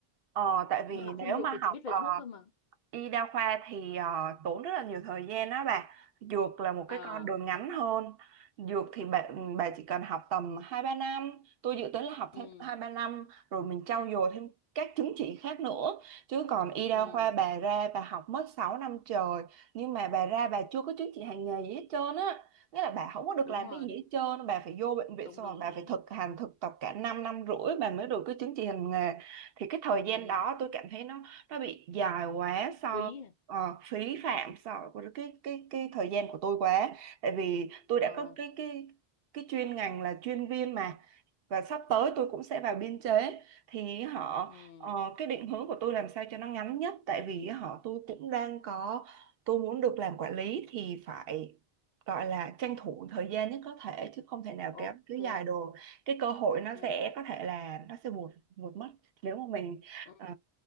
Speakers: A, on the right; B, on the left.
A: ờ, tại vì
B: Học
A: nếu
B: thêm dược
A: mà
B: thì
A: học
B: chỉ biết
A: ờ,
B: về thuốc thôi mà.
A: Y đa khoa thì ờ, tốn rất là nhiều thời gian đó bà. Dược là một
B: Ờ,
A: cái con đường ngắn hơn. Dược thì bà, ừ,
B: ừ,
A: bà chỉ cần học tầm hai ba năm. Tôi dự tính là học
B: ừ,
A: thêm hai ba năm rồi mình trau dồi thêm các chứng chỉ khác nữa. Chứ còn y đa
B: ừ,
A: khoa bà ra bà học mất 6 năm trời. Nhưng mà bà ra bà chưa có chứng chỉ hành nghề gì hết trơn á. Nghĩa là bà không có được
B: đúng
A: làm
B: rồi,
A: cái gì hết trơn. Bà phải vô bệnh viện
B: đúng
A: xong
B: đúng
A: rồi bà
B: đúng.
A: phải thực hành thực tập cả 5 năm năm rưỡi bà mới được cái chứng chỉ hành nghề. Thì cái thời
B: Ừ,
A: gian đó tôi cảm thấy nó nó bị dài quá so
B: phí. à?
A: ờ, phí phạm so với cái cái cái thời gian của tôi quá tại vì tôi
B: Ờ,
A: đã có cái cái cái chuyên ngành là chuyên viên mà và sắp tới tôi cũng sẽ vào biên chế thì họ
B: ừ,
A: ờ, cái định hướng của tôi làm sao cho nó ngắn nhất tại vì họ tôi cũng đang có tôi muốn được làm quản lý thì phải gọi là tranh thủ thời gian nhất có thể chứ không thể nào
B: ok,
A: kéo cứ dài đồ cái cơ hội
B: ok.
A: nó sẽ có thể là nó sẽ buột buột mất nếu mà mình
B: Ừ.
A: ờ,